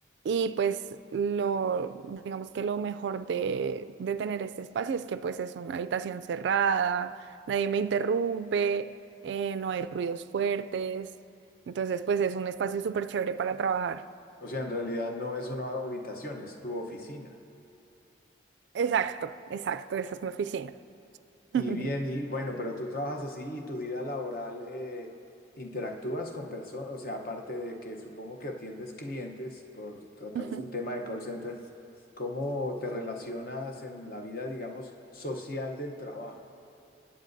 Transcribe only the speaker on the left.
O sea, en realidad no es una habitación, es tu oficina.
Y
bien, y bueno, pero tú trabajas así y tu vida laboral eh, interactúas con personas, o sea, aparte de que supongo que atiendes clientes por tratarse
un tema de call center, ¿cómo te relacionas en la vida, digamos, social del trabajo?